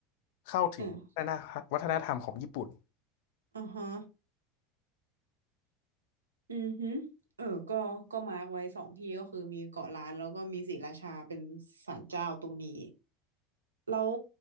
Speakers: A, on the left; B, on the right.
A: เข้าถึงวัฒนธรรมของญี่ปุ่น
B: เอออ่าฮะอือฮึเออก็ก็มาร์กไว้สองที่ก็คือมีเกาะล้านแล้วก็มีศรีราชาเป็นศาลเจ้าตรงนี้แล้ว